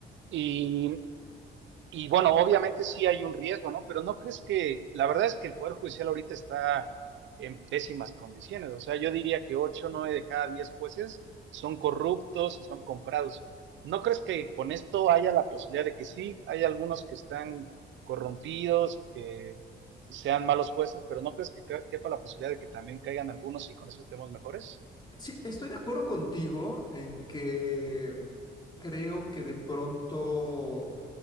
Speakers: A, on the right; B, on the left.
A: Y y bueno, obviamente sí hay un riesgo, ¿no? Pero no crees que, la verdad es que el Poder Judicial ahorita está en pésimas condiciones. O sea, yo diría que 8 9 de cada 10 jueces son corruptos y son comprados. ¿No crees que con esto haya la posibilidad de que sí, hay algunos que están corrompidos, y que sean malos jueces, pero no crees que ca- quepa la posibilidad de que también caigan algunos y con eso estemos mejores?
B: Sí, estoy de acuerdo contigo en que creo que de pronto.